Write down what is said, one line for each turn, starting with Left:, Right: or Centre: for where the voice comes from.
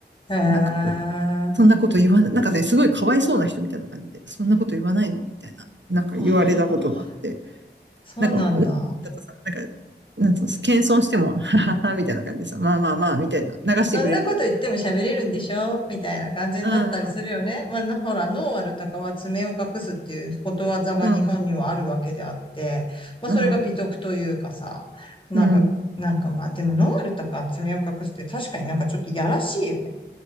Left: へえ。あ
Right: なんかこう、そんなこと言わない、なんかね、すごいかわいそうな人みたいな感じで、そんなこと言わないのみたいな、なんか言われたことがあって。
Left: あ、そうなんだ。
Right: なんか、なんかちょっとさ、なんか、なんつうの、謙遜しても、<laughs> ははは、みたいな感じでさ、まあまあまあ、みたいな、流してくれるけど。
Left: そんなこと言っても喋れるんでしょみたいな感じになったりするよね。
Right: うん、
Left: まあ、なほら、ノーアルタカは爪を隠すっていうことわざが日本にはあるわけであって、
Right: うん、
Left: まあ、
Right: うん、
Left: それが美徳というかさ、なんか、
Right: うん、
Left: なんかまあ、でもノーアルタカは爪を隠すって確かになんかちょっとやらしいよね。